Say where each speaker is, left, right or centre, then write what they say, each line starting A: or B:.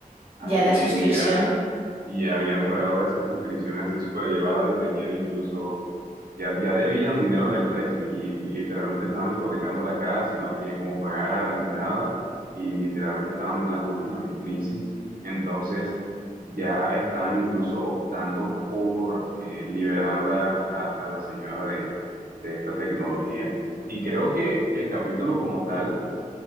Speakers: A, on the right (about 80°); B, on the right (about 40°).
A: Así
B: ya la suscripción.
A: es, y ya, y ya habían pagado esa suscripción así súper elevada y tenían incluso, ya, ya debían dinero a la empresa y, y literalmente estaban hipotecando la casa y no tenían cómo pagar ni nada y literalmente estaban en las últimas en crisis. Entonces ya estaban incluso optando por eh, liberarla a, a la señora de, de esta tecnología. Y creo que el capítulo como tal